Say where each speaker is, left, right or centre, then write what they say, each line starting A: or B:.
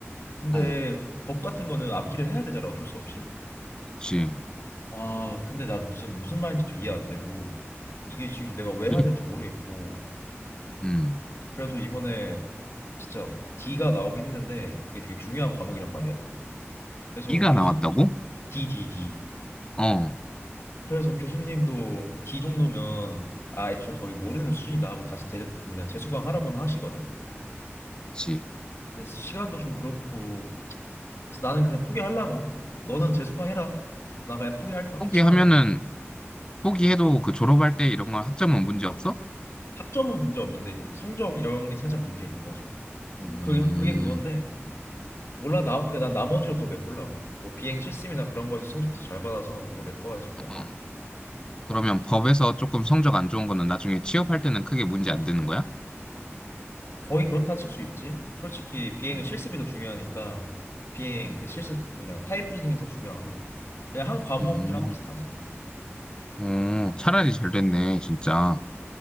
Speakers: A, on the left; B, on the left.
A: 근데
B: 응. 어,
A: 법 같은 거는 암기를 해야 되잖아, 어쩔 수 없이.
B: 그치.
A: 아, 근데 나 무슨 무슨 말인지도 이해 안 되고 이게 지금 내가 왜 해야
B: 이?
A: 되는지 모르겠고.
B: 응.
A: 그래서 이번에 진짜 D가 나오긴 했는데 그게 되게 중요한 과목이란 말이야. 그래서
B: 이가
A: 교수
B: 나왔다고?
A: D, D, D.
B: 어,
A: 그래서 교수님도 D 정도면 아 애초에 거의 모르는 수준이다 하고 다시 대 뭐냐 재수강 하라고는 하시거든.
B: 그치.
A: 근데 시간도 좀 그렇고 그래서 나는 그냥 포기하려고. 너는 재수강해라. 나 그냥 포기할 거야.
B: 포기하면은,
A: 귀찮아 그냥.
B: 포기해도 그 졸업할 때 이런 건 학점은 문제 없어?
A: 학점은 문제 없는데 이제 뭐 성적 이런 게 살짝 문제 있는 거지
B: 음,
A: 뭐. 뭐 그게 그게 그건데 몰라 나 그러니까 난 나머지로 더 메꾸려고. 뭐 비행 실습이나 그런 거에서 성적 더 잘 받아서 뭐 메꿔야지 뭐.
B: 아, 그러면 법에서 조금 성적 안 좋은 거는 나중에 취업할 때는 크게 문제 안 되는 거야?
A: 거의 그렇다 칠 수 있지. 솔직히 비행은
B: 음,
A: 실습이 더 중요하니까 비행
B: 음,
A: 그 실습 뭐냐 타임 빌딩이 더 중요하고 그냥 한 과목이랑
B: 어, 음.
A: 비슷하지 뭐.
B: 어, 차라리 잘 됐네, 진짜.